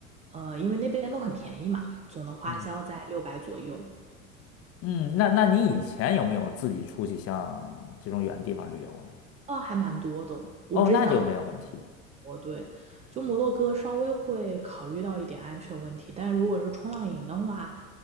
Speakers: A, on the right (about 15°); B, on the left (about 35°).
A: 呃，因为那边都很便宜嘛，总的花销在六百左右。
B: 嗯，嗯，那那你以前有没有自己出去像这种远地方旅游呢？
A: 啊，还蛮多的。我之前
B: 哦，那就没有问题。
A: 我对，就摩洛哥稍微会考虑到一点安全问题，但如果是冲浪营的话，